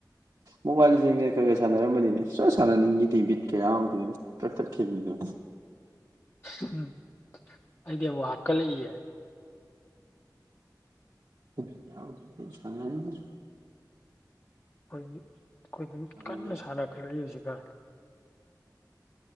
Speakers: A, on the right; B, on the left.
A: ꯃꯣꯕꯥꯏꯜ ꯂꯤꯡꯖꯟꯒ ꯈꯔ ꯈꯔ ꯁꯥꯟꯅꯔꯝꯕꯅꯤꯅꯦ ꯁꯨꯡ ꯁꯥꯟ ꯁꯟꯅꯅꯤꯡꯒꯤꯗꯦ ꯕꯤꯠ ꯀ ꯌꯥꯎꯗꯦꯕꯣ ꯀꯛꯊꯠ ꯈꯤꯃꯤꯅ
B: ꯎꯝ ꯑꯩꯗꯤ ꯑꯃꯨꯛ ꯍꯞꯀꯠꯂꯛꯏꯌꯦ
A: <inaudible> ꯌꯥꯎꯗꯔ꯭ꯗꯤ ꯑꯩ ꯁꯅꯥꯅꯤꯡ ꯗꯦ
B: ꯑꯩꯈꯣꯏꯒꯤ ꯑꯩꯈꯣꯏꯗꯨꯝ
A: ꯇꯜꯂꯦ
B: ꯀꯟꯅ ꯁꯥꯟꯅꯈꯠꯂꯛꯏ ꯍꯧꯖꯤꯀꯟ